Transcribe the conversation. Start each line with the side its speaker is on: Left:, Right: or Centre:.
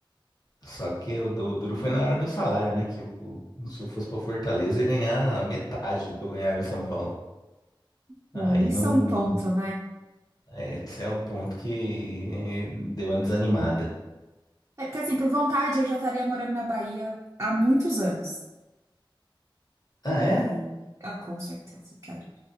Left: Só que o du- duro foi na hora do salário, né? Que o- se eu fosse pra Fortaleza, eu ia ganhar metade do que eu ganhava em São Paulo.
Right: então,
Left: Aí
Right: isso
Left: não.
Right: é um ponto, né?
Left: é, Esse é o ponto que eh, deu uma desanimada.
Right: É porque, assim, por vontade, eu já estaria morando na Bahia há muitos anos.
Left: Ah,
Right: E,
Left: é?
Right: ah, com certeza, cara.